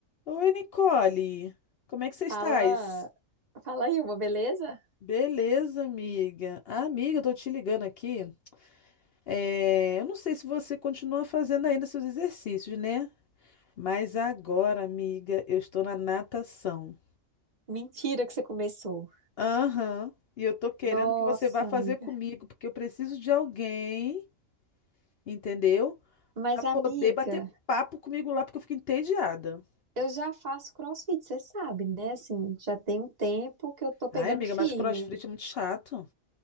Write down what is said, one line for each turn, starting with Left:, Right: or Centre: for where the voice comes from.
Left: Oi, Nicole. Como é que você estás?
Right: Fala, fala aí uma, beleza?
Left: Beleza, amiga. Ah, amiga, eu tô te ligando aqui. É, eu não sei se você continua fazendo ainda seus exercícios, né? Mas agora, amiga, eu estou na natação.
Right: Mentira que você começou.
Left: Aham. E eu tô querendo
Right: Nossa,
Left: que você vá fazer
Right: amiga.
Left: comigo, porque eu preciso de alguém, entendeu?
Right: Mas,
Left: Pra poder
Right: amiga,
Left: bater papo comigo lá, porque eu fico entediada.
Right: eu já faço CrossFit, você sabe, né? Assim, já tem um tempo que eu tô pegando
Left: Ai, amiga,
Right: firme.
Left: mas CrossFit é muito chato.